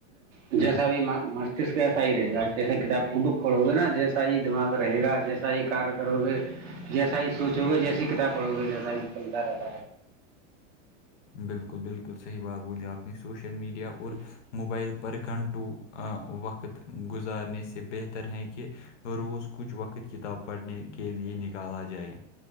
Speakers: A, on the right (about 75°); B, on the left (about 70°).
A: جیسا
B: آ،
A: بھی مست <inaudible> کس کا ایسا ہی رہے گا جیسے کتاب بک پڑو گے نا جیسا ہی دماغ رہے گا جیسا ہی کار کرو گے جیسا ہی سوچو گے جیسسی ہی کتاب پڑھو گے جیسا ہی چلتا رہتا ہے
B: بلکل بلکل صحیح بات بولی آپ نے سوشل میڈیا
A: ہاں
B: اور
A: جی
B: موبائل پر گھنٹوں وقت گزارنے سے بہتر ہیں کہ روز کچھ وقت کتاب پڑھنے کے لئے نکالا جائے